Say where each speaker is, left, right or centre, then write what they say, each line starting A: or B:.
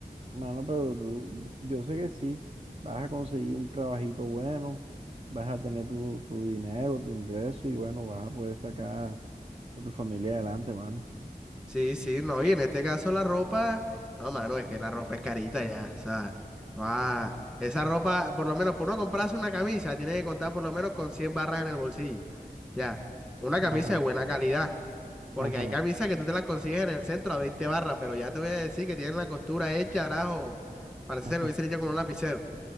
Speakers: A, on the right (about 40°); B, in the centre.
A: Mano, pero tú, yo sé que sí, vas a conseguir un trabajito bueno, vas a tener tu, tu dinero, tu ingreso y bueno, vas a poder sacar a tu familia adelante, mano.
B: Sí, sí, no, y en este caso la ropa, no, mano, es que la ropa es carita ya, o sea, ah, esa ropa, por lo menos, por no comprarse una camisa, tiene que contar por lo menos con 100 barras en el bolsillo, ya, una camisa
A: Ajá,
B: de buena calidad, Porque
A: ajá,
B: hay camisas que tú te las consigues en el centro a 20 barras, pero ya te voy a decir que tienen la costura hecha, carajo. Parece
A: <laughs>
B: que lo
A: ajá.
B: hubiesen hecho con un lapicero.